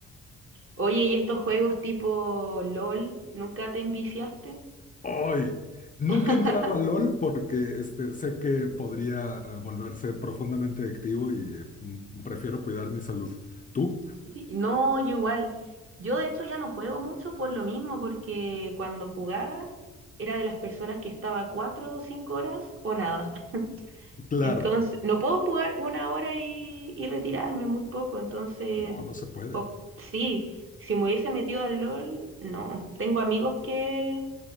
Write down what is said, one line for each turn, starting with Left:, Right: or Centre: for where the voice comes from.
Right: Oye, ¿y estos juegos tipo LOL, nunca te enviciaste?
Left: Hoy Nunca
Right: <laughs>
Left: he entrado a LOL porque, este, sé que podría, eh, volverse profundamente adictivo y, eh, m- prefiero cuidar mi salud. ¿Tú?
Right: Sí. No, yo igual. Yo de hecho ya no juego mucho por lo mismo, porque cuando jugaba era de las personas que estaba cuatro o cinco horas o nada. <laughs>
Left: Claro.
Right: Entonces, no puedo jugar una hora y, y retirarme muy poco. Entonces,
Left: No, no se puede.
Right: op- sí, si me hubiese metido al LOL, no. Tengo amigos que,